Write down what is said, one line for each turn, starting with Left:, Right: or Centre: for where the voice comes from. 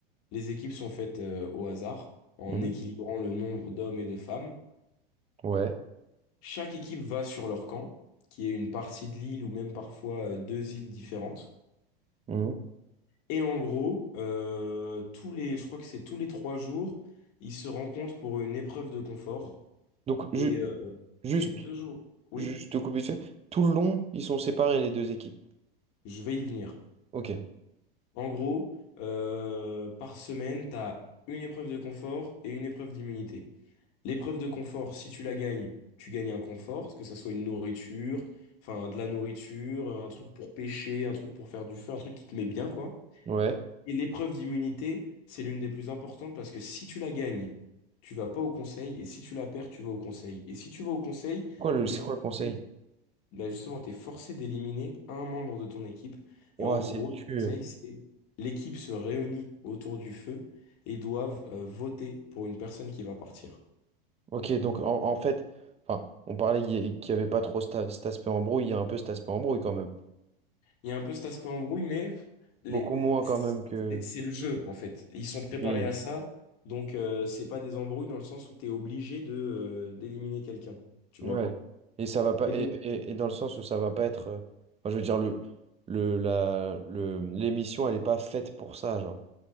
Left: Les équipes sont faites euh, au hasard en
Right: Mhm.
Left: équilibrant le nombre d'hommes et de femmes.
Right: Ouais.
Left: Chaque équipe va sur leur camp, qui est une partie de l'île ou même parfois euh, deux îles différentes.
Right: Mhm.
Left: Et en gros, euh, tous les, je crois que c'est tous les trois jours, ils se rencontrent pour une épreuve de confort.
Right: Donc,
Left: Et,
Right: ju-
Left: euh,
Right: juste,
Left: et deux jours, oui,
Right: juste te couper dessus. Tout le long, ils sont séparés, les deux équipes.
Left: je vais y venir.
Right: Ok,
Left: En gros, euh, par semaine, tu as une épreuve de confort et une épreuve d'immunité. L'épreuve de confort, si tu la gagnes, tu gagnes un confort, que ça soit une nourriture, enfin de la nourriture, un truc pour pêcher, un truc pour faire du feu, un truc qui te met bien, quoi.
Right: ouais.
Left: Et l'épreuve d'immunité, c'est l'une des plus importantes parce que si tu la gagnes, tu vas pas au conseil, et si tu la perds, tu vas au conseil. Et si tu vas au conseil,
Right: Quoi, le,
Left: t'es
Right: c'est
Left: forcé
Right: quoi le conseil?
Left: bah justement, tu es forcé d'éliminer un membre de ton équipe.
Right: Ouah,
Left: Et en gros,
Right: c'est
Left: le
Right: dur.
Left: conseil, c'est l'équipe se réunit autour du feu et doivent euh, voter pour une personne qui va partir.
Right: Ok, donc en, en fait, enfin, on parlait qu'il y avait pas trop cet, a- cet aspect embrouille, il y a un peu cet aspect embrouille quand même.
Left: Il y a un peu cet aspect embrouille, mais les-
Right: Beaucoup moins
Left: c'est
Right: quand même que...
Left: c'est le jeu, en fait. Ils sont préparés
Right: Oui.
Left: à ça, donc euh, c'est pas des embrouilles dans le sens où tu es obligé de euh, d'éliminer quelqu'un, tu
Right: Ouais.
Left: vois.
Right: Et ça va pas
Left: Et
Right: et,
Left: donc,
Right: et, et dans le sens où ça va pas être euh, enfin, je veux dire le le la le l'émission elle est pas faite pour ça genre.